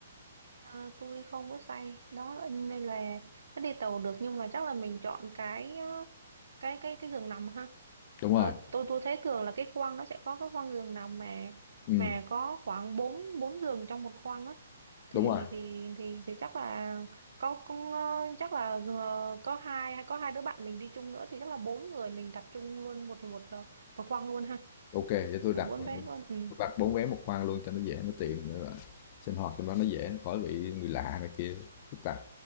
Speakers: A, on the right; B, on the left.
A: À, tôi không có say đó nên là nó đi tàu được nhưng mà chắc là mình chọn cái ờ, cái cái cái giường nằm ha
B: đúng rồi
A: Ờ, tôi tôi thấy thường là cái khoang nó sẽ có cái khoang giường nằm mà
B: ừ,
A: mà có khoảng bốn bốn giường trong một khoang á thì
B: đúng rồi
A: thì thì thì chắc là có cũng, ờ, chắc là ờ, có hai hay có hai đứa bạn mình đi chung nữa thì chắc là bốn người mình đặt chung luôn một một ờ, một khoang luôn ha
B: Ok, vậy tôi
A: Là
B: đặt
A: bốn bé luôn ừ
B: tôi đặt bốn vé một khoang luôn cho nó dễ nó tiện nữa. Sinh hoạt trong đó nó dễ nó khỏi bị người lạ này kia phức tạp.